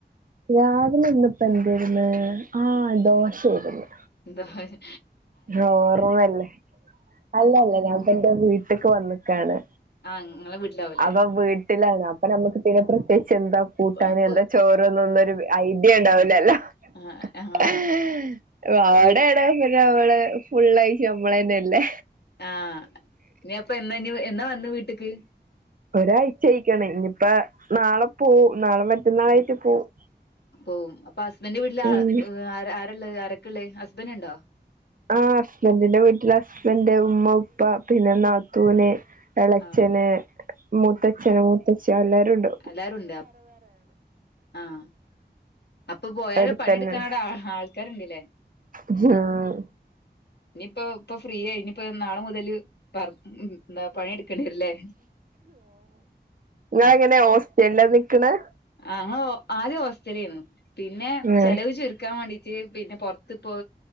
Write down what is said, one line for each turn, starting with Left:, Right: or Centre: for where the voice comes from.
Right: രാവിലെ ഇന്നിപ്പ എന്തായിന്ന് ആഹ് ദോശാരെന്ന്
Left: ന്തേ ഹ്ഹ്
Right: ഓർമ്മല്ലേ അല്ല അല്ല ഞാപ്പ എന്റെ വീട്ട്ക്ക് വന്നിക്കാണ്
Left: ആഹ് ഇങ്ങളെ വീട്ടിലാവൂലേ
Right: അപ്പ വീട്ടിലാണ് അപ്പ നമ്മക്ക് പിന്നെ പ്രത്യേ ച് എന്താ കൂട്ടാന്
Left: അപ്പൊ
Right: എന്താ ചോറ്ന്ന്ന്നൊരു ഐഡിയ ഇണ്ടാവൂലല്ലോ
Left: ആഹ് ആഹ്
Right: <unintelligible> വിടെ
Left: വീട്ടിൽ
Right: അവളെ ഫുള്ളായി നമ്മളന്നെ അല്ലേ
Left: ആഹ് ഇനി എപ്പ എന്നാ ഇനി എന്നാ വര്ന്ന വീട്ട്ക്ക്
Right: ഒരായിച്ചായിക്കണ് ഇനിയിപ്പ നാളെ പോവും നാള മറ്റന്നാളായിട്ട് പോവും
Left: പോവും അപ്പ ഹസ്ബന്റെ വീട്ടില്
Right: ഉം
Left: ആരള്ളത് ആരക്കെള്ളേ ഹസ്ബൻ്റ് ഇണ്ടോ
Right: ആ ഹസ്ബൻ്റിന്റെ വീട്ടില് ഹസ്ബന്റ് ഉമ്മ ഉപ്പ പിന്ന നാത്തൂന് ഇളച്ചന്
Left: ആഹ്
Right: മൂത്തച്ഛന് മൂത്തച്ഛ എല്ലാരുംണ്ട്
Left: എല്ലാരും ഉണ്ട ആഹ് അപ്പ പോയാല്
Right: എടുത്തന്നെ
Left: പണിയെട്ക്കാന് അവടെ ആൾക്കാര്ണ്ടല്ലേ
Right: ഉം
Left: ഇനിയിപ്പ ഇപ്പ ഫ്രീയ ഇനിയിപ്പ നാളെ മുതല് പറ എന്താ പണിയെട്ക്കണല്ലേ
Right: നിങ്ങ എങ്ങനെയാ ഹോസ്റ്റലിലാ നിക്കണെ
Left: ആ അങ്ങോ ആദ്യം ഹോസ്റ്റലിന്ന് പിന്നെ
Right: ഉം
Left: ചെലവ് ചുരുക്കാൻ വേണ്ടി ഈ പുറത്ത്പ്പ